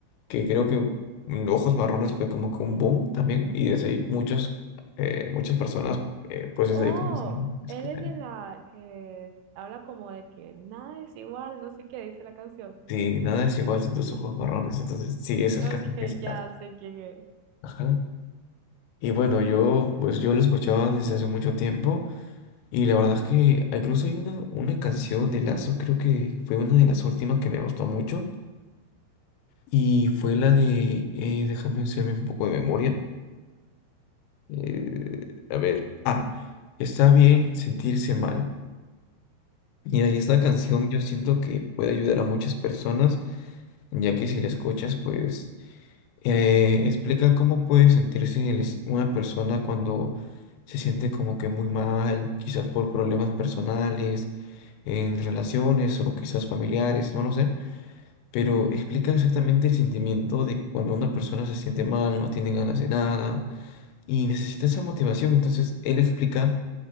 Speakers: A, on the left; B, on the right.
A: que creo que mm, Ojos Marrones fue como que un boom también. Y desde ahí muchos, eh, muchas personas, eh, pues desde
B: Oh,
A: ahí comenzaron a escuchar.
B: él es de la que habla como de que nada es igual, no sé qué dice la canción. Nada
A: Sí, nada
B: es
A: es
B: igual.
A: igual sin tus
B: Ok.
A: ojos marrones. Entonces, sí, esa
B: Ok,
A: es casi que es el
B: ya
A: Lazo.
B: sé quién es.
A: Ajá. Y bueno, yo, pues yo lo escuchaba desde hace mucho tiempo. Y la verdad es que incluso hay una, una canción de Lazo, creo que fue una de las últimas que me gustó mucho. Y fue la de, eh, déjame hacerme un poco de memoria. Eh, a ver, ah, está bien sentirse mal. Mira, y esta canción
B: Oh,
A: yo siento que puede ayudar a muchas personas, ya que si la escuchas, pues eh, explica cómo puede sentirse el es- una persona cuando se siente como que muy mal, quizás por problemas personales, en relaciones o quizás familiares, no lo sé, pero explica exactamente el sentimiento de cuando una persona se siente mal, no tiene ganas de nada y necesita esa motivación. Entonces, él explica